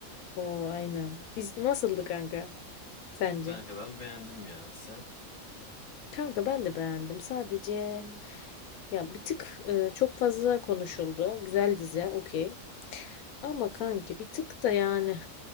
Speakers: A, on the left (about 80°); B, on the left (about 65°).
A: O aynen. İz nasıldı kanka sence?
B: Kanka ben beğendim ya. Sen?
A: Kanka ben de beğendim. Sadece ya bir tık e, çok fazla konuşuldu. Güzel dizi, okey. Ama kanki bir tık da yani